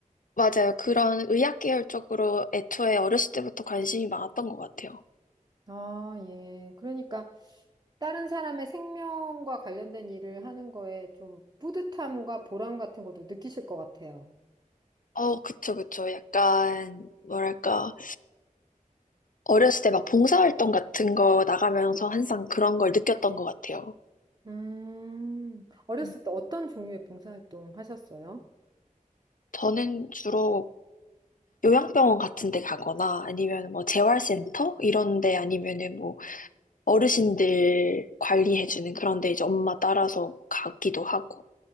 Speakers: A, on the left; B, on the right.
A: 맞아요. 그런 의학 계열 쪽으로 애초에 어렸을 때부터 관심이 많았던 것 같아요.
B: 아, 예. 그러니까 다른 사람의 생명과 관련된 일을 하는 거에 좀 뿌듯함과 보람 같은 것도 느끼실 것 같아요.
A: 어, 그쵸, 그쵸. 약간, 뭐랄까, 어렸을 때 막 봉사활동 같은 거 나가면서 항상 그런 걸 느꼈던 것 같아요.
B: 음, 어렸을
A: 음.
B: 때 어떤 종류의 봉사활동 하셨어요?
A: 저는 주로 요양병원 같은 데 가거나 아니면 뭐 재활센터? 이런 데 아니면은 뭐 어르신들 관리해주는 그런 데 이제 엄마 따라서 가기도 하고